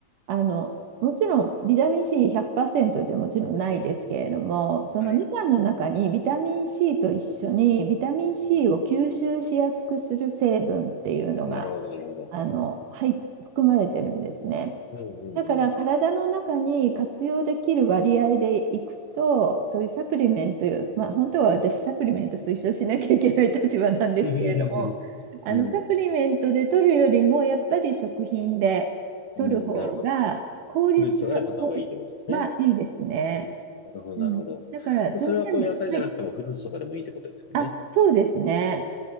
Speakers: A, on the right; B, on the left.
A: あのもちろんビタミン C100% じゃもちろんないですけれども、そのみかんの中にビタミン
B: はい。
A: C と一緒にビタミン C
B: うん
A: を吸収しやすくする成分っていうのが
B: なるほど、なるほど。
A: あの、はい、含まれてるんですね。
B: うんうんうん。
A: だから体の中に活用できる割合でいくと、そういうサプリメント、まあ、本当は私サプリメント推奨しなきゃいけない立場なんですけれども、
B: うんうんうん。
A: あのサプリメントで取るよりもやっぱり食品で取る方が効率は、
B: うん、うんなるほど。フルーツとかで買った方がいいってことですね。
A: いいですね。
B: うんなるほど、なるほ
A: うんだからどうしても、
B: ど。それはこう野菜じゃなくてもフルーツとかでもいいってことですもんね。
A: はい、あ、そうですね。